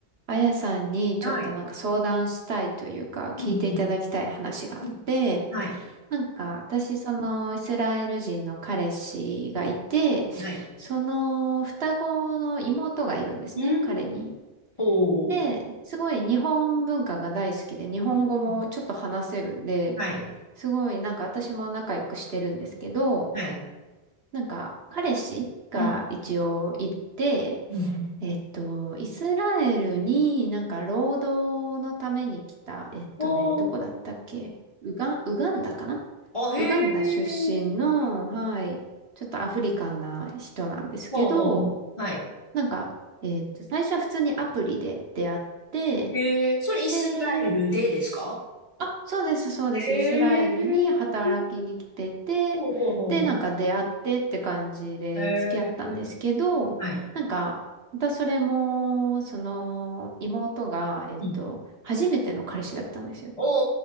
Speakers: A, on the right; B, on the left.
A: あやさんにちょっとなんか相談したいというか聞いていただきたい話があって、
B: はい。うんうんうんはい。
A: なんか私そのイスラエル人の彼氏がいて、
B: はい。
A: その双子の妹がいるんですね、
B: うん。
A: 彼に。
B: ほう。
A: で、すごい日本文化が大好きで日本語もちょっと話せるんで、
B: うんはい。
A: すごいなんか私も仲良くしてるんですけど、
B: はい。
A: なんか彼氏が一応いて、
B: うん。うん。
A: えっと、イスラエルになんか労働のために来た、
B: うん
A: えっとね、
B: ほう。
A: どこだったっけウガン、ウガンダかな
B: あ、
A: ウガンダ出身の、
B: へえ。
A: はい、ちょっとアフリカンな人なんですけど、
B: ほうほう。はい。
A: なんか、えっと、最初は普通にアプリで出会って、
B: へえ。それイスラエルでですか
A: で、あ、そうです、そうです。
B: へえ。
A: イスラエルに働きに来てて、
B: ほうほうほうほう。
A: で、なんか出会ってって感じで付き合ったんですけど、
B: へえ。はい。
A: なんか、またそれも、その、妹が、えっと、
B: うん。
A: 初めての彼氏だったんですよ。
B: お